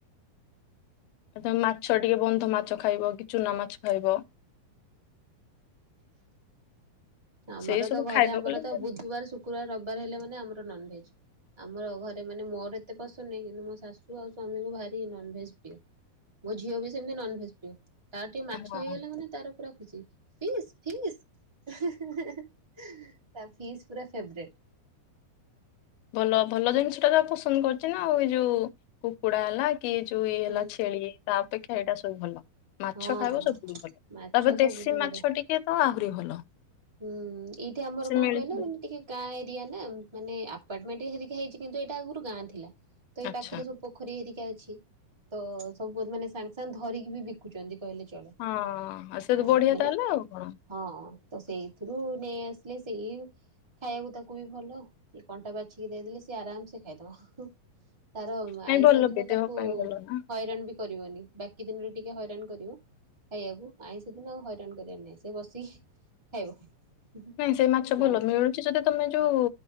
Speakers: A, on the left (about 85°); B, on the right (about 20°).
A: ଏ ମାଛ ଟିକେ ବନ୍ଧ ମାଛ ଖାଇବ କି ଚୁନା ମାଛ ଖାଇବ।
B: ଆମର
A: ସେଇ ସବୁ
B: ତ ଘରେ
A: ଖାଇବା
B: ଆମର
A: ବଲେ
B: ତ
A: ହୁଁ
B: ବୁଧବାର ସୁ ପୁରା ରବିବାର ହେଲେ ମାନେ ଆମର ନନ ଭେଜ ଆମର ଘରେ ମାନେ ମୋର ମତେ ପସନ୍ଦ ନାହିଁ କିନ୍ତୁ ମୋ ଶାଶୁ ଆଉ ସ୍ୱାମୀଙ୍କୁ ଭାରି ନନଭେଜ୍ ପ୍ରିୟ। ମୋ ଝିଅ ବି ସେମିତି ନନଭେଜ ପ୍ରିଅ ତାର ଟିକେ ମାଛ
A: ହଁ
B: ହେଇଗଲେ ମାନେ ତାର ପୁରା ଖୁସି। ଫିସ୍ ଫିସ୍ ତା ଫିସ୍ ପୁରା ଫେବରେଟ।
A: ଭଲ ଭଲ ଜିନିଷ ଟା ଯା ପସନ୍ଦ କରୁଛି ନା ଆଉ ଏଇ ଯୋଉ କୁକୁଡା ହେଲା କିଏ ଯୋଉ ଇଏ ହେଲା
B: ହଁ
A: ଛେଳି ତା ଅପେକ୍ଷା ଏଇଟା ସବୁ ଭଲ। ମାଛ
B: ହଁ
A: ଖାଇବ ସବୁଠୁ ଭଲ
B: ମାଛ
A: ତାପରେ
B: ସବୁଠୁ
A: ଦେଶୀ
B: ବଢିଆ।
A: ମାଛ ଟିକେ ତ ଆହୁରି ଭଲ।
B: ହୁଁ ଏଇଠି ଆମର
A: ସେ
B: କଣ
A: ମିଳିଯିବ।
B: କହିଲା ମାନେ ଟିକେ ଗାଁ ଏରିଆ ନା ମାନେ ଆପାର୍ଟମେଣ୍ଟ ହେରିକା ହେଇଛି କିନ୍ତୁ ଏଟା ଆଗରୁ ଗାଁ ଥିଲା ତ ଏଇ
A: ଆଚ୍ଛା
B: ପାଖରେ ପୋଖରୀ ହେରିକା ଅଛି ତ ସବୁ ମାନେ ସାଙ୍ଗେ ସାଙ୍ଗେ ଧରିକି ବି ବିକୁଛନ୍ତି। କହିଲେ ଚଳେ।
A: ହଁ ଆଉ ସେ
B: ହଁ
A: ବଢିଆ
B: ମାନେ
A: ତାହେଲେ ଆଉ କଣ।
B: ହଁ ତ ସେଇଥିରୁ ନେଇ ଆସିଲେ ସେଇ ଖାଇବାକୁ ତାକୁ ବି ଭଲ ଇଏ କଣ୍ଟା ବାଛିକି ଦେଇଦେଲେ ସିଏ ଆରାମସେ ଖାଇଦବ। ତାର
A: ନାଇଁ
B: ଆଇଁଷ
A: ଭଲ
B: ଦିନ
A: ବି
B: ତାକୁ
A: ଦେହ ପାଇଁ ଭଲ ନା।
B: ହଇରାଣ ବିକ କରିବନି ବାକି ଦିନରେ ଟିକେ ହଇରାଣ କରିବ। ଖାଇବାକୁ ଆଇଁ ସେଦିନ ଆଉ ହଇରାଣ କରିବାର ନାହିଁ ସେ ବସିକି ଖାଇବ।
A: ହୁଁ ସେଇ ମାଛ
B: ନହେଲେ
A: ଭୁଲ ମିଳୁଛି ଯଦି ତମେ ଯୋଉ